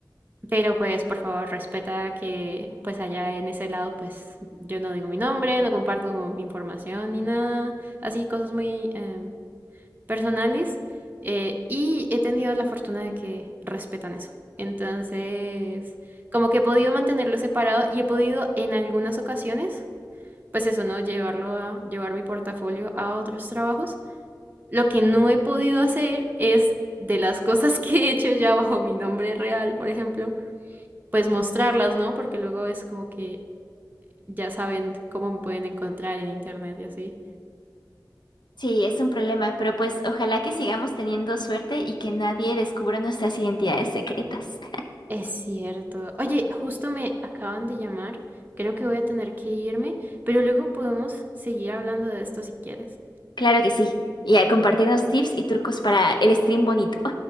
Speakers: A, on the right; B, on the left.
A: pero pues por favor respeta que pues allá en ese lado pues yo no digo mi nombre, no comparto como mi información ni nada, así cosas muy em, personales eh, y he tenido la fortuna de que respetan eso. Entonces, como que he podido mantenerlo separado y he podido en algunas ocasiones, pues eso, ¿no? Llevarlo a, llevar mi portafolio a otros trabajos lo que no he podido hacer es, de las cosas que he hecho ya bajo mi nombre real, por ejemplo, pues mostrarlas, ¿no? Porque luego es como que ya saben cómo me pueden encontrar en internet y así.
B: Sí, es un problema, pero pues ojalá que sigamos teniendo suerte y que nadie descubra nuestras identidades secretas.
A: Es cierto. Oye, justo me acaban de llamar. Creo que voy a tener que irme, pero luego podemos seguir hablando de esto si quieres.
B: Claro que sí. Y a compartirnos tips y trucos para el stream bonito.